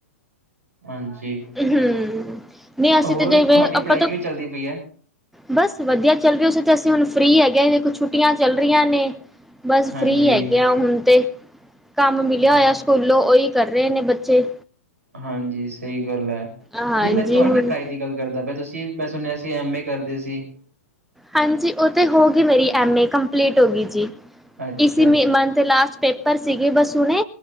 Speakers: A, on the right; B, in the centre.
A: ਹਾਂਜੀ
B: ਹਮ ਨਹੀਂ ਅਸੀਂ
A: ਹੋਰ
B: ਤੇ ਜਿਵੇਂ
A: ਤੁਹਾਡੀ ਪੜ੍ਹਾਈ
B: ਆਪਾਂ ਤਾਂ
A: ਕਿਵੇਂ ਚੱਲਦੀ ਪਈ ਹੈ
B: ਬਸ ਵਧੀਆ ਚੱਲ ਰਹੀ ਹੋੇ ਤੇ ਅਸੀਂ ਹੁਣ ਫ੍ਰਰੀ ਹੈਗੇ ਛੁੱਟੀਆਂ ਚੱਲ ਰਹੀਆਂ ਨੇ ਬਸ
A: ਹਾਂਜੀ,
B: ਫ੍ਰੀ ਹੈਗੇ ਆ ਹੁਣ ਤੇ ਕੰਮ ਮਿਲਿਆ
A: ਹਾਂ
B: ਹੋਇਆ ਸਕੂਲੋਂ ਉਹੀ ਕਰ ਰਹੇ ਨੇ ਬੱਚੇ
A: ਹਾਂਜੀ ਸਹੀ ਗੱਲ ਹੈ
B: ਹਾਂਜੀ
A: ਨਹੀਂ ਮੈਂ ਤੁਹਾਡੀ
B: ਹੁਣ
A: ਪੜ੍ਹਾਈ ਦੀ ਗੱਲ ਕਰਦਾ ਪ ਤੁਸੀਂ ਮੈਂ ਸੁਣਿਆ ਐਮ ਏ ਕਰਦੇ ਸੀ
B: ਹਾਂਜੀ ਉਹ ਤਾਂ ਹੋ ਗਈ ਮੇਰੀ ਐਮ ਏ ਕੰਪਲੀਟ ਹੋ ਗਈ ਜੀ
A: ਅੱਛਾ
B: ਇਸ
A: ਜੀ,
B: ਮਨ ਤੇ ਲਾਸ਼ਟ ਪੇਪਰ ਸੀਗੇ ਬਸੂਣੇ